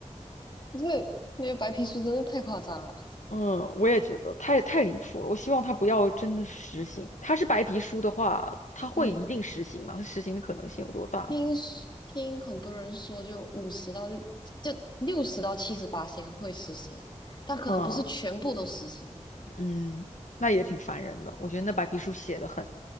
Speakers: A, on the left (about 40°); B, on the left (about 80°).
A: 因为没有白皮书真的太夸张了。
B: 嗯，我也觉得太太离谱了。我希望他不要真的实行。他是白皮书的话，他会一定实行吗？
A: 嗯，
B: 他实行的可能性有多大？
A: 听说听很多人说，就五十到六就六十到七十八先会实行，但可能不是全部都实行。
B: 啊，嗯，那也挺烦人的。
A: 嗯，
B: 我觉得那白皮书写的很